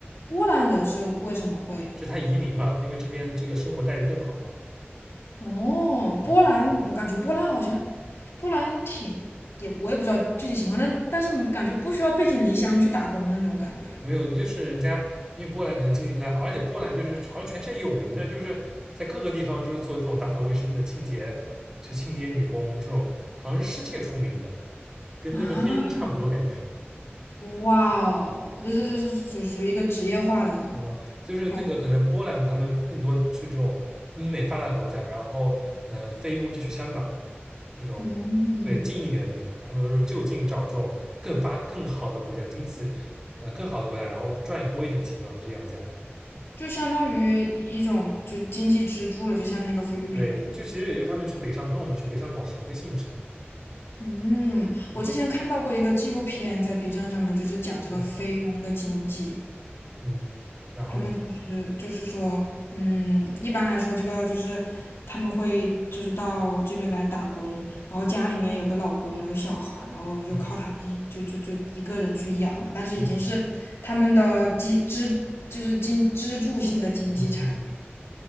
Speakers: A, on the left; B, on the right.
A: 波兰人是为什么会，
B: 就他移民嘛，因为这边这个生活待遇更好嘛，
A: 哦，波兰，
B: 嗯，
A: 我感觉波兰好像，波兰挺，也我也不知道具体情况，但但是感觉不需要背井离乡去打工那种感觉
B: 没有，就是人家因为波兰可能经济不太好，而且波兰就是好像全世界有名的，就是在各个地方就是做这种打扫卫生的清洁，就清洁女工这种，好像是世界出名的，<laughs> 跟那个菲佣差不多感觉。
A: 啊，哇哦，这这这是属属于一个职业化的
B: 嗯，就是那个可能波兰他们更多去这种英美发达国家，
A: 感觉，
B: 然后呃菲佣就去香港这种对近一点的地方，
A: 嗯。
B: 他们都是就近找这种更发更好的国家经济呃更好的国家，然后赚多一点钱吧，回去养家。
A: 就相当于一种就经济支柱了，就像那个菲律宾。
B: 对，这其实也就是他们去北上跟我们去北上广是一个性质嘛。
A: 嗯，我之前看到过一个纪录片，
B: 嗯
A: 在 B 站上面，就是讲这个菲佣的经济。
B: 嗯嗯，然后呢？
A: 他们就是就是说，嗯，一般来说，这个就是他们会就是到这边来打工，然后家里面有个老公有小孩儿，然后就靠他们一就就就一个人去养了，
B: 嗯
A: 但是已经是他们的基支就是经支柱性的经济产
B: 嗯嗯嗯嗯嗯，